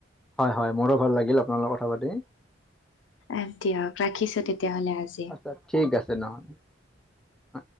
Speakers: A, in the centre; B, on the left.
A: হয় হয় মোৰো ভাল লাগিল আপোনাৰ লগত কথা পাতি
B: এহ দিয়ক ৰাখিছোঁ তেতিয়া হ'লে আজি।
A: ত' ঠিক আছে নহ'লে অ